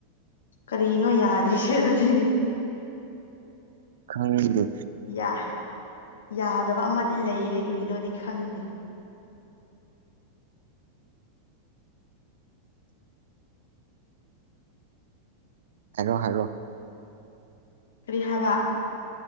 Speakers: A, on the left (about 60°); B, on the right (about 60°).
A: ꯀꯔꯤꯅꯣ ꯌꯥꯗ꯭ꯔꯤꯁꯦ ꯑꯗꯨꯗꯤ
B: ꯈꯪꯗꯦ
A: ꯌꯥ ꯌꯥꯗꯕ ꯑꯃꯗꯤ ꯂꯩꯔꯦ ꯀꯔꯤꯅꯣꯗꯤ ꯈꯪꯗꯦ
B: ꯑꯦꯔꯣ ꯍꯥꯏꯔꯣ
A: ꯔꯤꯍꯕ